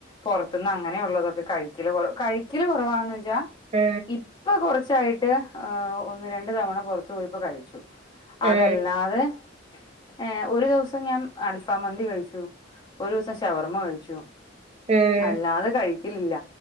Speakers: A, on the left (about 25°); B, on the right (about 30°).
A: പൊറത്ത്ന്ന് അങ്ങനെയുള്ളതൊക്കെ കഴിക്കല് കൊറ കഴിക്കല് കുറവാന്ന് വെച്ചാൽ
B: മ്
A: ഇപ്പ കൊറച്ചായിട്ട് ഹേ ഒന്ന് രണ്ടു തവണ പൊറത്ത് പോയപ്പോ കഴിച്ചു
B: ആ
A: അതല്ലാതെ
B: ആ ആ
A: ഏ ഒരു ദിവസം ഞാൻ അൽഫാ മന്തി കഴിച്ചു ഒരൂസം ഷവർമ്മ കഴിച്ചു
B: ഉം
A: അല്ലാതെ കഴിക്കലില്ല